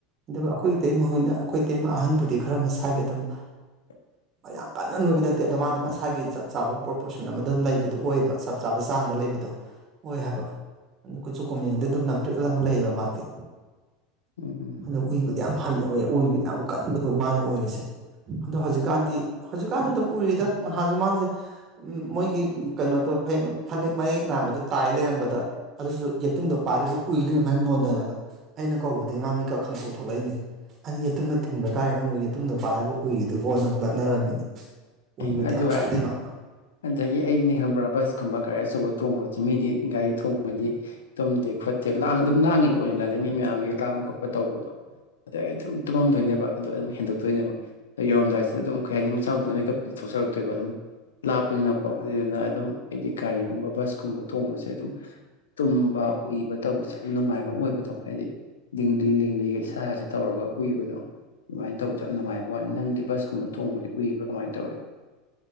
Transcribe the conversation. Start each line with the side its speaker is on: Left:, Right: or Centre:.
Right: ꯑꯗꯨꯒ ꯑꯈꯣꯏ ꯑꯇꯩꯃꯣꯏꯅ ꯑꯈꯣꯏ ꯏꯇꯩꯃ ꯑꯍꯟꯕꯨꯗꯤ ꯈꯔ ꯃꯁꯥꯒꯤ ꯑꯗꯨꯝ
Left: <inaudible>
Right: ꯃ ꯌꯥꯝ ꯀꯟꯅ ꯅꯣꯏꯕ ꯅꯠꯇꯦ ꯑꯗꯣ ꯃꯥꯗꯤ ꯃꯁꯥꯒꯤ ꯆꯞ ꯆꯥꯕ ꯄ꯭ꯔꯣꯄꯣꯁꯟ ꯑꯃꯗꯝ ꯂꯩꯕꯗꯨ ꯑꯣꯏꯌꯦꯕ ꯆꯞ ꯆꯥꯕ ꯆꯥꯡꯗ ꯂꯩꯕꯗꯣ ꯑꯣꯏ ꯍꯥꯏꯕ ꯑꯗꯨ ꯀꯆꯨ ꯀꯨꯝꯃꯦꯒꯗꯤ ꯑꯗꯨꯝ ꯂꯥꯡꯇꯔꯤꯛ ꯂꯪꯉ ꯂꯩꯌꯦꯕ ꯃꯥꯗꯤ
Left: ꯎꯝ
Right: ꯑꯗꯣ ꯎꯢꯕꯗꯤ ꯌꯥꯝ ꯍꯩ ꯎꯢꯕꯗꯤ ꯌꯥꯝ ꯀꯟꯕꯗꯣ ꯃꯥꯅ ꯑꯣꯏꯔꯤꯁꯦ ꯑꯗꯣ ꯍꯧꯖꯤꯛꯀꯥꯟꯗꯤ ꯍꯧꯖꯤꯛꯀꯥꯟꯖꯨ ꯑꯗꯨꯝ ꯎꯔꯤꯗ ꯉꯍꯥꯟꯖꯨ ꯃꯥꯖꯦ ꯎꯝ ꯃꯣꯏꯒꯤ ꯀꯩꯅꯣꯗꯣ ꯐ ꯐꯅꯦꯛ ꯃꯦꯛ ꯅꯥꯢꯕꯗꯣ ꯇꯥꯏ ꯂꯩꯔꯝꯕꯗ ꯑꯗꯨꯁꯨ ꯌꯦꯇꯨꯝꯗꯣ ꯄꯥꯏꯔꯒ ꯎꯏ ꯂꯩꯔꯝꯕ ꯍꯥꯏ ꯅꯣꯟꯗꯔꯒ ꯑꯩꯅ ꯀꯧꯕꯗꯩ ꯃꯥ ꯃꯤꯀꯞ ꯈꯪꯇꯣꯛ ꯊꯣꯛꯂꯛꯏꯅꯤ ꯑꯅꯤ ꯌꯦꯇꯨꯝꯅ ꯊꯤꯟꯕ ꯇꯥꯔꯦ ꯅ ꯑꯃꯨꯛ ꯌꯦꯇꯨꯝꯗ ꯄꯥꯢꯔꯒ ꯎꯢꯔꯤꯗꯨꯕꯣ ꯅ ꯅꯛꯅꯔꯝꯃꯤꯅꯤ
Left: ꯀꯩꯅꯣ
Right: ꯎꯏꯕꯗꯤ
Left: ꯑꯗꯨ
Right: ꯌꯥꯝ
Left: ꯑꯣꯢꯔ
Right: ꯀꯜꯂꯤ ꯃꯥ
Left: ꯑꯗꯒꯤ ꯑꯩꯅꯦ ꯈꯪꯕ꯭ꯔꯥ ꯕꯁ ꯀꯨꯝꯕ ꯒꯥꯔꯤ ꯑꯆꯧꯕ ꯇꯣꯡꯕꯖꯦ ꯃꯤꯗꯤ ꯒꯥꯔꯤ ꯊꯣꯡꯕꯗꯤ ꯇꯨꯝꯗꯦ ꯈꯣꯠꯇꯦ ꯂꯥꯡ ꯑꯗꯨꯝ ꯂꯥꯡꯉꯤ ꯄꯣꯠꯅꯤꯗ ꯑꯗꯩ ꯃꯤ ꯃꯌꯥꯝꯒꯤ ꯂꯥꯡꯕ ꯈꯣꯠꯄ ꯇꯧꯕꯗꯣ ꯑꯗꯩ ꯑꯗꯨꯝ ꯇꯨꯝꯃꯝꯗꯣꯏꯅꯦꯕ ꯑꯣ ꯑꯗꯨꯝ ꯍꯦꯟꯗꯣꯛꯇꯣꯏꯅꯦꯕ ꯗꯩ ꯌꯧꯔꯝꯗꯥꯏꯁꯤꯗ ꯑꯗꯨꯝ ꯀꯩ ꯍꯥꯏꯅꯤ ꯃꯁꯥ ꯃꯇꯣꯝꯇ ꯃꯤꯀꯞ ꯗꯤ ꯊꯣꯛꯆꯔꯛꯇꯨꯢꯕ ꯑꯗꯨꯝ ꯂꯥꯞꯄꯅꯤꯅꯀꯣ ꯑꯗꯨꯗꯨꯅ ꯑꯗꯨꯝ ꯑꯩꯗꯤ ꯒꯥꯔꯤꯒꯨꯝꯕ ꯕꯁꯀꯨꯝꯕ ꯇꯣꯡꯕꯁꯦ ꯑꯗꯨꯝ ꯇꯨꯝꯕ ꯎꯏꯕ ꯇꯧꯕꯁꯦ ꯌꯥꯝ ꯅꯨꯡꯉꯥꯏꯕ ꯑꯃ ꯑꯣꯏꯕꯗꯣ ꯍꯥꯏꯗꯤ ꯂꯡꯂꯤ ꯂꯤꯡꯂꯤꯒ ꯏꯁꯥꯖꯤꯗ ꯇꯧꯔꯒ ꯎꯢꯕꯗꯣ ꯑꯗꯨꯃꯥꯢ ꯇꯧꯕꯖꯦ ꯌꯥꯝ ꯅꯨꯡꯉꯥꯢꯕ ꯋꯥꯅꯤ ꯅꯪꯗꯤ ꯕꯁꯀꯨꯝꯕ ꯊꯣꯡꯕꯗꯤ ꯎꯏꯕ꯭ꯔꯥ ꯀꯃꯥꯏꯅ ꯇꯧꯋꯦ